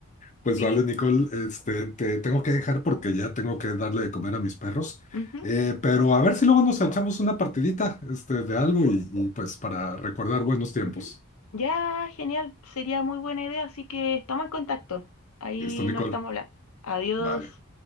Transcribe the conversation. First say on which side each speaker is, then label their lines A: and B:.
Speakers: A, on the left; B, on the left.
A: pues
B: Sí.
A: vale, Nicole, este, te tengo que dejar porque ya tengo que darle de comer a mis perros.
B: Ujú,
A: Eh, pero a ver si luego nos echamos una partidita, este, de algo y, y pues para recordar buenos tiempos.
B: ujú. Ya, genial. Sería muy buena idea, así que estamos en contacto. Ahí
A: Listo, Nicole.
B: nos estamos hablando. Adiós.
A: Vale.